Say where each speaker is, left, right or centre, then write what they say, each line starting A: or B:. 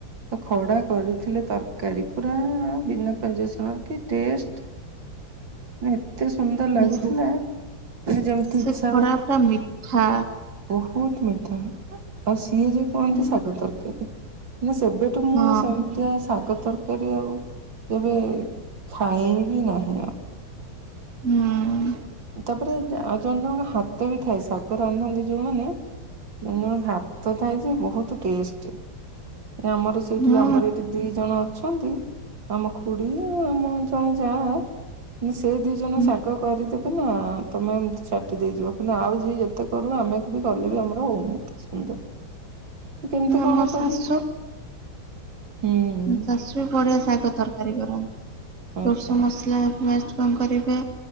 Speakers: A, on the right; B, on the right.
A: ତ ଖଡ଼ା କରିଥିଲେ ତର କାରୀ ପୁରା ବିନା ପିଆଜ ରସୁଣରେ କି ଟେଷ୍ଟ୍? ଏତେ ସୁନ୍ଦର
B: ହୁଁ
A: ଲାଗୁଥିଲା ଯେମିତି
B: ସେ
A: ଇଚ୍ଛା
B: ଖଟା
A: ହବ୍
B: ପୁରା ମିଠା
A: ବହୁତ ମିଠା ଆଉ ସିଏ ଯଏ କୁହନ୍ତି
B: ହୁଁ,
A: ଶାଗ ତରକାରୀ। ଏବେଠୁ ମୁଁ
B: ହଁ
A: ଆଉ ସେମିତିଆ ଶାଗ ତର କାରୀ ଆଉ କେବେ ଖାଇବି ନାହିଁ ଆଉ।
B: ହୁଁ
A: ଆଉ ତାପରେ ଆଉ ଜଣେ ଜଣଙ୍କ ହାତ ବି ଥାଏ, ଶାଗ ରାନ୍ଧନ୍ତି ଯୋଉମାନେ ମୁଁ ମୋ ଭାତ ଥାଇଛି ବହୁତ ଟେଷ୍ଟ ଆମର ସେଇଠି
B: ହୁଁ
A: ବି ଆମର ଏଇଠି ଦି ଜଣ ଅଛନ୍ତି, ଆମ ଖୁଡ଼ି ଆ ଆମ ଜଣେ ଯାଆ, ସେ ଦି ଜଣ
B: ହୁଁ
A: ଶାଗ କରିଦ ତ ନା ତମେ ଏମିତି ଚାଟି ଦେଇଯିବ, କିନ୍ତୁ ଆଉ ଯିଏ ଯେତେ କରୁ ଆମେକୁ ବି କଲେ ବି ଆମର ହଉନି। <inaudible> ସେ କେମିତି
B: ଆମ
A: କଣ କଲେ
B: ଶାଶୁ?
A: ହୁଁ
B: ମୋ ଶାଶୁ ବଢ଼ିଆ ଶାଗ ତରକାରୀ କରନ୍ତି।
A: ଆଚ୍ଛା
B: ସୋରିଷ ମସଲା ପେଷ୍ଟ କଁ କରିବେ